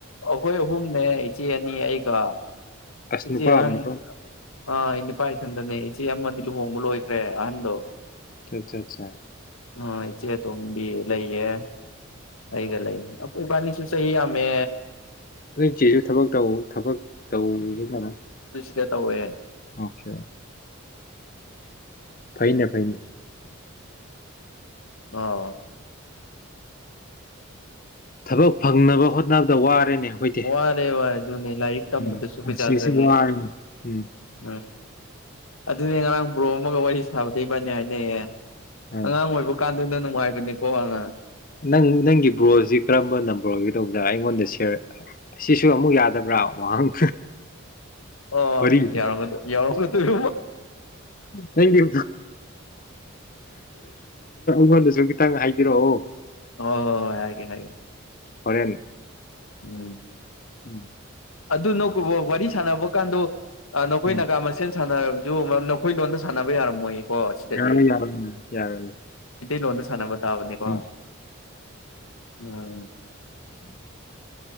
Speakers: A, on the left; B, on the left.
A: ꯀ ꯑꯨꯝꯅꯦ ꯏꯆꯦ ꯑꯅꯤ ꯑꯩꯒ
B: ꯑꯁ
A: ꯏꯆꯦ
B: ꯅꯨꯄꯥ
A: ꯑꯍꯟ
B: ꯑꯃ
A: ꯑ ꯏꯅꯤ ꯄꯥꯏꯇꯟꯅꯦ ꯁꯤ ꯑꯃꯗꯤ ꯂꯨꯍꯣꯡꯕ ꯂꯣꯏꯈ꯭ꯔꯦ ꯏꯗꯣ
B: ꯠꯆꯥ ꯑꯆꯥ
A: ꯑ ꯏꯆꯦ ꯇꯝꯕꯤ ꯂꯩꯌꯦ ꯑꯩꯒ ꯂꯩ ꯑꯩꯈꯣꯏꯕꯥꯅꯤꯁꯨ ꯆꯍꯤ ꯌꯥꯝꯃꯦ
B: ꯑꯗꯨ ꯆꯦꯁꯨ ꯊꯕꯛ ꯇꯧ ꯊꯕꯛ ꯇꯧꯅ
A: ꯗꯇꯨꯌꯦꯦ
B: ꯑꯣꯀꯦ ꯐꯩꯅꯦ ꯐꯩꯅꯦ
A: ꯑ
B: ꯊꯕꯛ ꯐꯪꯅꯕ ꯍꯣꯠꯅꯕꯗ ꯋꯥꯔꯦꯅꯦ ꯑꯩꯈꯣꯏꯗꯤ
A: ꯋꯥꯔꯦ ꯋꯥꯔꯦ ꯏ
B: ꯎꯝ
A: ꯁꯨꯄꯤ
B: ꯄꯨꯟꯁꯤꯁꯤ
A: ꯆꯥꯖꯦ
B: ꯋꯥꯔꯦꯅꯦ ꯎꯝ
A: ꯎꯝ ꯑꯗꯨꯗꯤ ꯕ꯭ꯔꯣ ꯑꯃꯒ ꯋꯥꯔꯤ ꯁꯥꯕꯗꯩꯕꯅꯤ ꯍꯥꯏꯅꯩꯌꯦ
B: ꯑ
A: ꯑꯉꯥꯡ ꯑꯣꯏꯕ ꯀꯥꯟ ꯅꯅꯨꯡꯉꯥꯏꯕꯅꯤꯣ ꯋꯥꯉ
B: ꯅꯪ ꯅꯪꯒꯤ ꯕ꯭ꯔꯣꯁꯤ ꯀꯔꯝꯕ ꯅꯝꯕꯔ ꯑꯣꯏꯒ ꯇꯧꯖ ꯗ ꯁꯤꯔ ꯁꯤꯁꯨ ꯑꯃꯨꯛ ꯌꯥꯗꯕ꯭ꯔꯥ ꯋꯥꯍꯪ
A: ꯑꯣ
B: ꯋꯥꯔꯤ
A: ꯌꯥꯎꯔꯝꯒꯗꯣꯏ ꯌꯥꯎꯔꯝꯒꯗꯣꯏ
B: ꯊꯦꯡꯨ ꯅꯪꯒꯤꯣꯟ ꯆ ꯈꯤꯇꯪ ꯍꯥꯏꯕꯤꯔꯛꯑꯣ
A: ꯍ ꯍꯣ ꯍꯣꯏ ꯍꯥꯏꯦ ꯍꯥꯏꯦ
B: ꯍꯣꯔꯦꯟ
A: ꯎꯝ
B: ꯎꯝ
A: ꯑꯗꯨ ꯅ ꯋꯥꯔꯤ ꯁꯥꯟꯅꯕ ꯀꯗ ꯅꯈꯣꯏ
B: ꯎꯝ
A: ꯅꯥꯒꯥ ꯃꯁꯦꯟ ꯁꯥꯟꯅꯔꯕꯅꯤ ꯑꯗꯨ ꯅꯈꯣꯏ ꯂꯣꯟꯗ ꯁꯥꯟꯅꯕ ꯌꯥꯔꯝꯃꯣꯏꯌꯦ ꯑꯣ ꯁꯤꯗꯗꯤꯩ
B: ꯌꯥꯔꯣꯏ ꯌꯥꯔꯣꯏ ꯌꯥꯔꯣꯏ
A: ꯇꯣꯟ ꯁꯥꯟ ꯇꯕꯅꯤꯀꯣ
B: ꯎꯝ
A: ꯎꯝ ꯎꯝ
B: ꯎꯝ